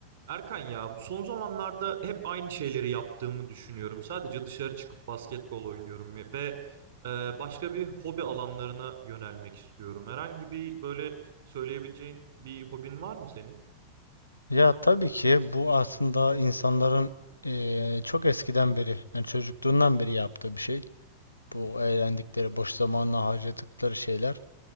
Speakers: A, on the right (about 65°); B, on the left (about 80°).
A: Erkan ya bu son zamanlarda hep aynı şeyleri yaptığımı düşünüyorum. Sadece dışarı çıkıp basketbol oynuyorum ya- ve e, başka bir hobi alanlarına yönelmek istiyorum. Herhangi bir böyle söyleyebileceğin bir hobin var mı senin?
B: Ya tabii ki bu aslında insanların eee, çok eskiden beri, yani çocukluğundan beri yaptığı bir şey. Bu eğlendikleri, boş zamanla harcadıkları şeyler.